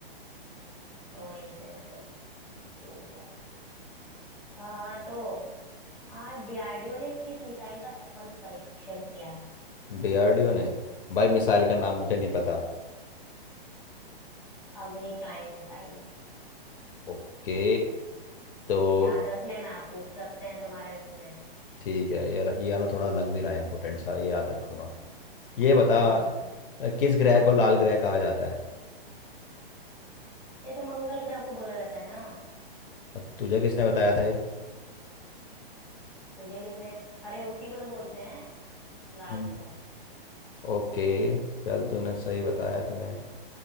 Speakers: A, in the centre; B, on the left (about 65°).
A: हम्म, तो वहीं से मेरे को वो हुआ आ, तो आ डीआरडीओ ने किस मिसाइल का सफल परीक्षण किया है
B: डीआरडीओ ने भाई मिसाइल का नाम
A: हम्म,
B: मुझे नहीं पता
A: अग्नि प्राइम मिसाइल
B: ओके तो
A: याद रख लेना आप पूछ सकते हैं तुम्हारे उसमें
B: ठीक है ये ये वाला थोड़ा अलग भी रहा है इम्पोर्टेंट सा ये याद रखूंगा ये बता
A: हम्म
B: अ, किस ग्रह को लाल
A: हम्म
B: ग्रह कहा जाता है
A: ये तो मंगल ग्रह को बोला जाता है ना
B: अ, तुझे किसने बताया था ये
A: तुझे किसने अरे उसी को तो बोलते हैं लाल
B: हम्म,
A: ग्रह
B: ओके चल तूने सही बताया तूने